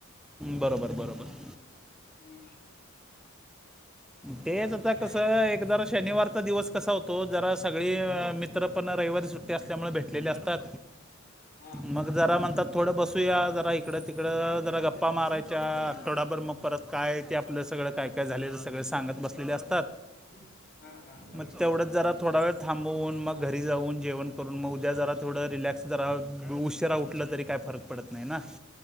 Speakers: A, in the centre; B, on the left.
A: बरोबर बरोबर
B: हा.
A: तेच
B: आणि
A: आता
B: ते काय
A: कसं
B: आहे,
A: एक जर शनिवारचा दिवस कसा होतो जरा सगळी मित्र पण रविवारी सुट्टी अस त्यामुळे भेटलेले असतात.
B: हां
A: मग
B: हां
A: जरा म्हणतात थोडं बसूया जरा इकडं तिकडं जरा गप्पा मारायच्या
B: चला
A: आठवडा भर मग परत काय ते आपलं सगळं काय काय झालं सगळं सांग त बसलेल्या अस
B: हा हा. बरोबर.
A: मग तेवढंच जरा थोडा वळ थांबवून मग घरी जाऊन जेवण करून मग उद्या जरा थोडं रिलॅक असं जरा उशिरा उठला तरी काय फरक पडत नाही ना.